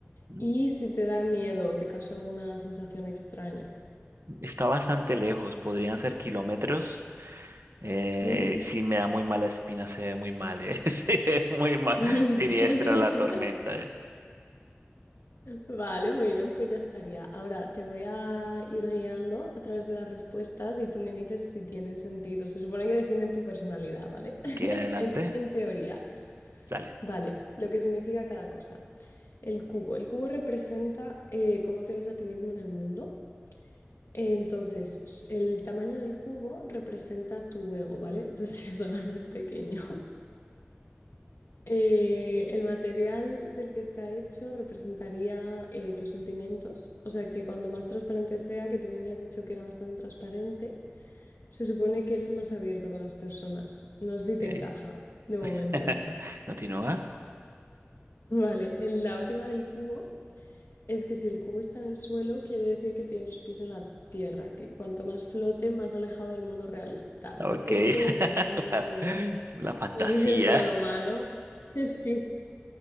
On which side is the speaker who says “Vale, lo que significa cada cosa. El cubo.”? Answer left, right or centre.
Left